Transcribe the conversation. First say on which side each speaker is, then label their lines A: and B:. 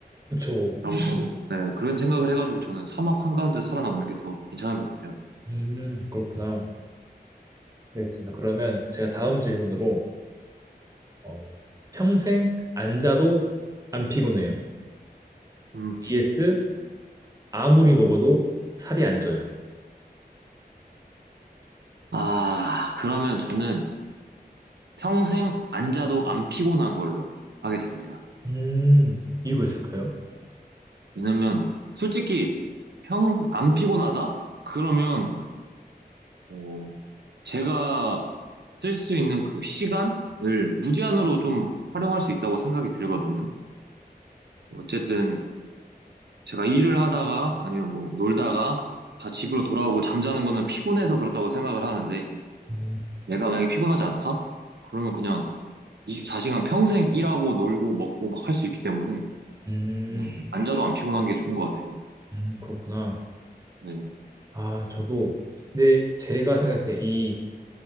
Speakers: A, on the right; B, on the right.
A: 그쵸.
B: 저도 네, 그런 생각을 해가지고 저는 사막 한가운데서 살아남는 게 더 괜찮은 것 같아요.
A: 음, 그렇구나. 알겠습니다. 그러면 제가 다음 질문으로 어, 평생 안 자도 안 피곤해요.
B: 음.
A: vs 아무리 먹어도 살이 안 쪄요.
B: 아, 그러면 저는 평생 안 자도 안 피곤한 걸로 하겠습니다.
A: 음, 이유가 있을까요?
B: 왜냐면 솔직히 평, 안 피곤하다? 그러면 어, 제가 쓸 수 있는 그 시간을 무제한으로 좀 활용할 수 있다고 생각이 들거든요. 어쨌든 제가 일을 하다가 아니면 뭐 놀다가 다 집으로 돌아오고 잠자는 거는 피곤해서 그렇다고 생각을 하는데
A: 음,
B: 내가 만약에 피곤하지 않다? 그러면 그냥 24시간 평생 일하고 놀고 먹고 막 할 수 있기 때문에
A: 음,
B: 음, 앉아도 안 피곤한 게 좋은 것 같아요.
A: 음, 그렇구나.
B: 네.
A: 아, 저도. 근데 제가 생각했을 때 이